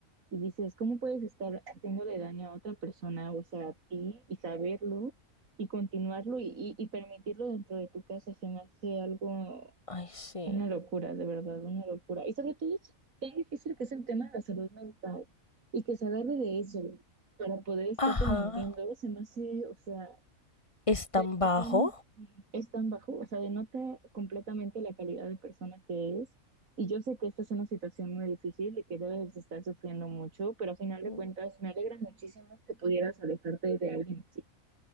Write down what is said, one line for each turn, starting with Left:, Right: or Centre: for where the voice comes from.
Right: Y dices, ¿cómo puedes estar haciéndole daño a otra persona, o sea, a ti, y saberlo, y continuarlo, y, y, y permitirlo dentro de tu casa? Se me hace algo,
Left: Ay, sí.
Right: una locura, de verdad, una locura. Y sobre todo es tan difícil que es el tema de la salud mental y que se agarre de eso para poder estarte
Left: Ajá.
Right: mintiendo, se me hace, o sea,
Left: ¿Es tan
Right: de,
Left: bajo?
Right: de plano sí es tan bajo, o sea, denota completamente la calidad de persona que es. Y yo sé que esta es una situación muy difícil y que debes de estar sufriendo mucho, pero a final de
Left: Mm.
Right: cuentas me alegra muchísimo que pudieras alejarte de alguien así.